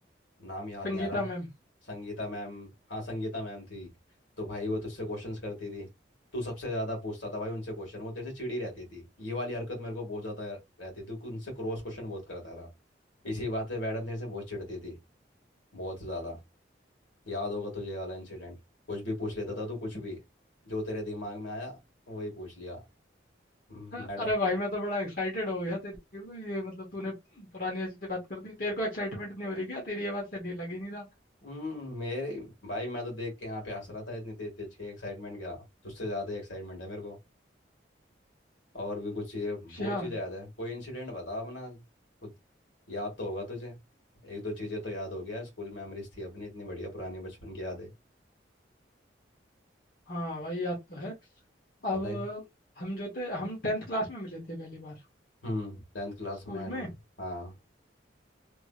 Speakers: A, on the left (about 85°); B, on the left (about 50°).
A: नाम याद
B: संगीता
A: नहीं आ रहा
B: मैम
A: संगीता मैम हाँ संगीता मैम थी तो भाई वो तुझसे क्वेश्चंस करती थी तू सबसे ज़्यादा पूछता था भाई उनसे क्वेश्चन वो तेरे से चिड़ी रहती थी ये वाली हरकत मेरे को बहुत ज़्यादा रहती थी तू उनसे क्रॉस क्वेश्चन बहुत करता था इसी बात से मैडम तेरे से बहुत चिढ़ती थी बहुत ज़्यादा याद होगा तुझे ये वाला इंसिडेंट कुछ भी पूछ लेता था तू कुछ भी जो तेरे दिमाग में आया वही पूछ लिया हम्म,
B: अ-
A: मैडम
B: अरे भाई मैं तो बड़ा एक्साइटेड हो गया तेरी ये मतलब तूने पुरानी अच्छी बात कर दी तेरे को एक्साइटमेंट नहीं हो रही क्या तेरी ये बात से नहीं लगी नहीं रहा
A: हम्म, मेरे भाई मैं तो देख के यहाँ पे हंस रहा था इतनी तेज तेज के एक्साइटमेंट क्या तुझसे ज़्यादा एक्साइटमेंट है मेरे को और भी कुछ चीज़ें
B: अच्छा
A: बहुत चीज़ें याद है कोई इंसिडेंट बता अपना खुद याद तो होगा तुझे एक दो चीज़ें तो याद होगी यार स्कूल मेमोरीज थी अपनी इतनी बढ़िया पुरानी बचपन की यादें
B: हाँ भाई याद तो है
A: बताइए
B: अब हम जो थे हम टेंथ क्लास में मिले थे पहली बार
A: हम्म टेंथ क्लास
B: स्कूल
A: में एडमिट
B: में
A: हाँ